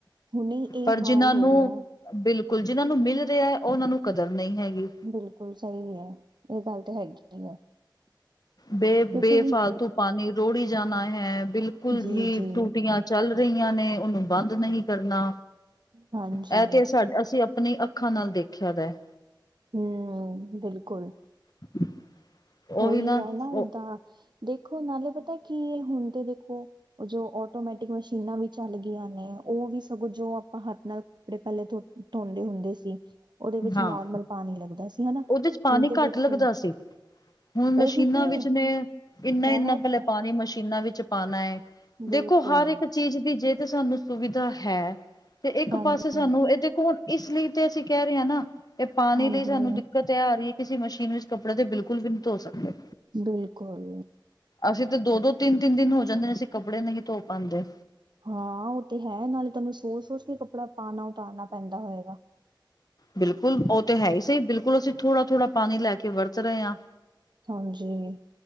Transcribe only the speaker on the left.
ਪਰ
ਜਿਨਾਂ
ਨੂੰ
ਬਿਲਕੁਲ ਜਿੰਨਾਂ ਨੂੰ ਮਿਲ ਰਿਹਾ ਉਹਨਾਂ ਨੂੰ ਕਦਰ ਨਹੀਂ ਹੈਗੀ
ਬੇ
ਬੇਫਾਲਤੂ ਪਾਣੀ ਰੋੜੀ ਜਾਣਾ ਹੈ ਬਿਲ ਕੁਲ
ਬੀ
ਟੂਟੀਆਂ ਚੱਲ ਰਹੀਆਂ ਨੇ ਉਹਨੂੰ ਬੰਦ ਨਹੀਂ ਕਰਨਾ
ਇਹ ਤੇ ਸਾਡ ਅਸੀ ਆਪਣੀ ਅੱਖਾਂ ਨਾਲ ਦੇਖਿਆ ਦਾ ਹੈ
<inaudible>
ਉਹੀ
ਉਹ
ਹਾਂ
ਉਹਦੇ ਚ ਪਾਣੀ
ਘੱਟ ਲੱਗਦਾ ਸੀ ਹੁਣ ਮਸ਼ੀਨਾਂ
ਵਿੱਚ ਨੇ ਇੰਨਾ
ਇੰਨਾ ਪਹਿਲੇ ਪਾਣੀ ਮਸ਼ੀਨਾਂ ਵਿੱਚ ਪਾਉਣਾ ਹੈ ਦੇਖੋ
ਹਰ ਇੱਕ ਚੀਜ ਦੀ ਜੇ ਤੇ ਸਾਨੂੰ ਸੁਵਿਧਾ ਹੈ ਤੇ ਇੱਕ
ਪਾਸੇ ਸਾਨੂੰ ਇਹ ਦੇਖੋ ਇਸ ਲਈ ਤੇ ਅਸੀਂ ਕਹਿ ਰਹੇ ਹਾਂ ਨਾ ਇਹ ਪਾਣੀ
ਲਈ ਸਾਨੂੰ ਦਿ ਦਿੱਕਤ ਤਾਂ ਐਹ ਆ ਰਹੀ, ਕਿਸੀ ਮਸ਼ੀਨ ਵਿੱਚ ਕੱਪੜੇ ਤੇ ਬਿਲਕੁਲ ਵੀ ਨੀ ਧੋ ਸਕਦੇ।
ਅਸੀਂ ਤਾਂ ਦੋ- ਦੋ, ਤਿੰਨ- ਤਿੰਨ ਦਿਨ ਹੋ ਜਾਂਦੇ ਨੇ, ਅਸੀਂ ਕੱਪੜੇ ਨਹੀਂ ਧੋ ਪਾਂਦੇ।
ਬਿਲਕੁਲ ਉਹ ਤਾਂ ਹੈ ਹੀ ਸਹੀ, ਬਿਲਕੁਲ ਅਸੀਂ ਥੋੜਾ- ਥੋੜਾ ਪਾਨੀ ਲੈ ਕੇ ਵਰਤ ਰਹੇ ਆਂ।